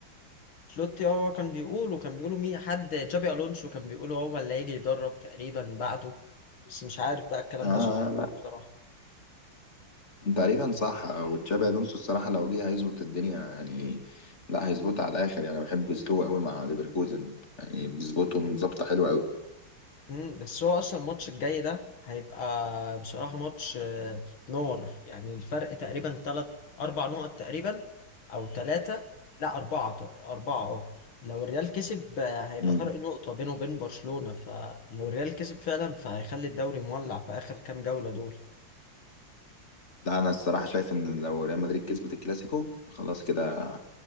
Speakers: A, on the left; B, on the left.
A: <laughs> شلوتي هو كان بيقول وكان بيقولوا مين حد جابي الونسو كان بيقولوا هو اللي هيجي يدرب تقريبا بعده بس مش عارف بقى الكلام
B: اه
A: ده صحيح ولا
B: لا
A: إيه بصراحه
B: تقريبا صح وتشابي الونسو الصراحة لو جه هيظبط الدنيا يعني لا هيظبطها على الاخر يعني انا بحب اسلوبه قوي مع ليفركوزن يعني بيظبطهم ظبطة حلوة قوي
A: مم، بس هو اصلا الماتش الجاي ده هيبقى بصراحه ماتش آه، نار يعني الفرق تقريبا ثلاث اربع نقط تقريبا او ثلاثه لا اربعه اربعه اه لو الريال كسب آه، هيبقى
B: مم.
A: فرق نقطه بينه وبين برشلونه فلو الريال كسب فعلا فهيخلي الدوري مولع في اخر كام جوله دول
B: ده انا الصراحة شايف ان لو ريال مدريد كسبت الكلاسيكو خلاص كده